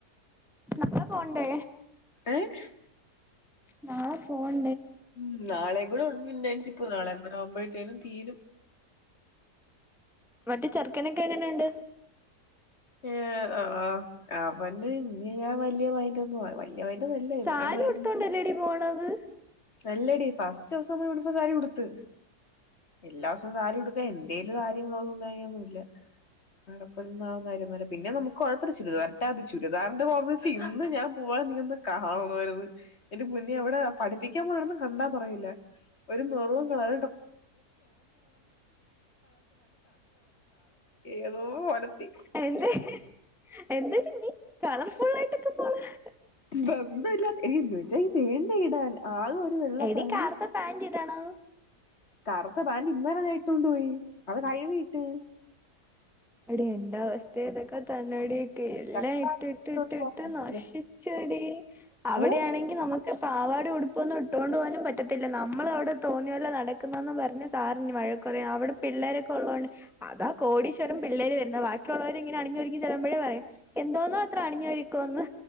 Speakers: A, in the centre; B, on the left.
A: നാളെ പോണ്ടേ?
B: ഏഹ്?
A: നാളെ പോൺ
B: ഊം നാളെയും കൂടണ്ട് ഇൻ്റേൺഷിപ്പ് കാണാൻ ഇവടാവുമ്പഴ് ത്തേനും തീരും
A: മറ്റെ ചെറുക്കനെക്കെ എങ്ങനെയുണ്ട്?
B: ഏഹ് അ ആ അവന് ഇന്ന് ഞാൻ വല്യ മൈൻഡൊന്നും വല്യ
A: സാരി
B: മൈ
A: ഉടുത്തോണ്ടല്ലേടി
B: <unintelligible>
A: പോണത്
B: അല്ലെടി ഫസ്റ്റൂസം ഇവട്ത്ത സാരി ഉടുത്ത്. എല്ലാ സോം സാരിയുടുക്കാൻ എൻ്റേല് സാരിയും കോതും തേങ്ങയൊന്നും ഇല്ല. അടെപ്പോയി <unintelligible> <unintelligible> പിന്നെ നമുക്ക് കൊഴപ്പല്ല ചുരിദാർ ഇട്ടാ മതി. ചുരിദാറിന്റെ കോമസി ഇന്ന് ഞാൻ പോയെ നീയൊന്ന് കാണണമായിര്ന്ന്. എൻ്റെ പൊന്നേ അവിടെ പഠിപ്പിക്കാൻ പോണേണ് ന്ന് കണ്ടാ പറയില്ല. ഒരു മെറൂൺ കള ഏതൊ ഒലത്തി
A: എന്ത്? എന്തെടീ നീ കളം <unintelligible>
B: ബന്ധമില്ലാത്ത എടി <unintelligible> വെള്ള
A: എടീ
B: പാന്റും
A: കറുത്ത പാന്റ് ഇടണം
B: കറുത്ത പാന്റ് ഇന്നലെ ഞാൻ ഇട്ടോണ്ട് പോയി അത് കഴുകിയിട്ടു
A: എടി എന്റെ അവസ്ഥയും ഇതൊക്കെ തന്നെയെടി എല്ലാം
B: കട്ടാക്കിട്ട്
A: ഇട്ടിട്ടിട്ടിട്ട്
B: പറ്റില്ല
A: നശിച്ചെടി അവിടെയാണെങ്കിൽ
B: ഏ
A: നമു ക്ക്‌ പാവാടയും ഉടുപ്പും ഒന്നും ഇട്ടോണ്ട് പോകാനും പറ്റത്തില്ല നമ്മൾ അവിടെ തോന്നിയപോലെ നട ക്കുന്നൂന്ന് പറഞ്ഞ് സാർ ഇനിയും വഴക്ക് പറയും അവിടു പിള്ളാരൊക്കെ ഉള്ളകൊണ്ട് അതാ കോടീ ശ്വരൻ പിള്ളാര് വരുന്നേ ബാക്കിയുള്ളവരെ ഇങ്ങനെ അണിഞ്ഞൊരുങ്ങി ചെല്ലുമ്പോളെ പറയും എന്തോന്നാ ഇത്ര അണിഞ്ഞൊരുക്കോന്ന്